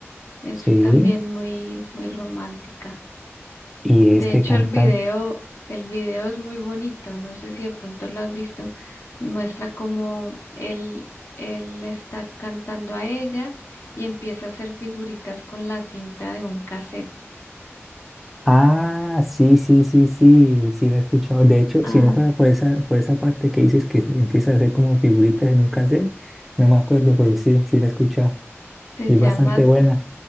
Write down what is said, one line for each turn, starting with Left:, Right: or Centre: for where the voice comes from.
Left: Es
Centre: sí,
Left: también muy, muy romántica.
Centre: y
Left: De
Centre: este
Left: hecho,
Centre: cantante.
Left: el video, el video es muy bonito. No sé si de pronto lo has visto. Muestra cómo él, él le está cantando a ella y empieza a hacer figuritas con la cinta de un cassette.
Centre: Ah, sí, sí, sí, sí, sí la he escuchado. De hecho,
Left: Ah,
Centre: si no fuera por esa, por esa parte que dices que se empieza a hacer como figuritas en un cassette, no me acuerdo, pero sí, sí la he escuchado.
Left: Se
Centre: Y es
Left: llama,
Centre: bastante buena.